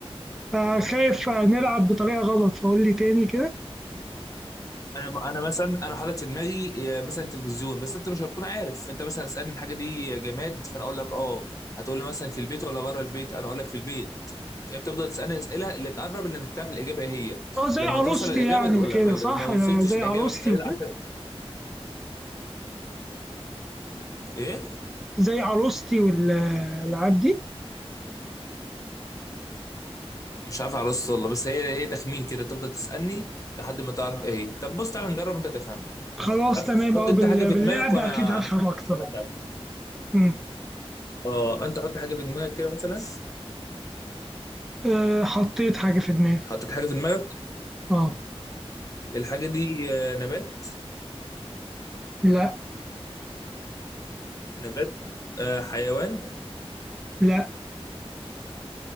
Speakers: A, in the centre; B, on the left.
A: آه، خايف نلعب بطريقة غلط فقول لي تاني كده
B: انا انا مثلا انا حاطط في دماغي آه، مثلا تلفزيون بس انت مش هتكون عارف انت مثلا اسالني الحاجه دي جماد فانا اقول لك اه هتقول لي مثلا في البيت ولا بره البيت انا اقول لك في البيت فانت تفضل تسالني الاسئله اللي تقرب اللي انك تعرف الاجابه ايه هي
A: اه زي
B: لما
A: عروستي
B: توصل الاجابه
A: يعني
B: تقولها
A: وكده
B: ما
A: صح
B: ما وصلتش
A: آه، زي
B: الاجابه
A: عروستي
B: في خلال
A: وكده
B: 10 ايه
A: زي عروستي والالعاب دي
B: مش عارف عرست والله بس هي هي تخمين كده تفضل تسالني لحد ما تعرف ايه هي طب بص تعالى نجرب انت تفهم
A: خلاص
B: حط
A: تمام
B: حط
A: اه
B: انت
A: بال-
B: حاجه في
A: باللعب
B: دماغك وانا
A: اكيد هفهم اكتر
B: انا
A: اه
B: اسالك
A: أمم.
B: اه انت حط حاجه في دماغك كده مثلا
A: آه، حطيت حاجه في دماغي
B: حطيت حاجه في دماغك
A: اه
B: الحاجه دي آه، نبات
A: لا
B: نبات آه، حيوان
A: لا